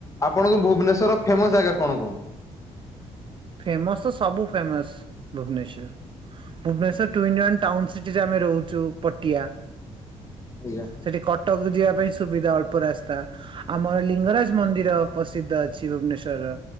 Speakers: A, on the left; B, on the right.
A: ଆପଣଙ୍କ ଭୁବନେଶ୍ୱର ଫେମସ ଜାଗା କଣ କଣ?
B: ଫେମସ ତ ସବୁ ଫେମସ ଭୁବନେଶ୍ଵର ଭୁବନେଶ୍ୱର ଟ୍ୟୁନ୍ ଅ୍ୟାନ୍ ଟାଉନ ସିଟିରେ ଆମେ ରହୁଛୁ ପଟିଆ
A: ଆଜ୍ଞା।
B: ସେଇଠି କଟକ ଯିବା ପାଇଁ ସୁବିଧା ଅଳ୍ପ ରାସ୍ତା। ଆମର ଲିଙ୍ଗରାଜ ମନ୍ଦିର ପ୍ରସିଦ୍ଧ ଅଛି ଭୁବନେଶ୍ଵରର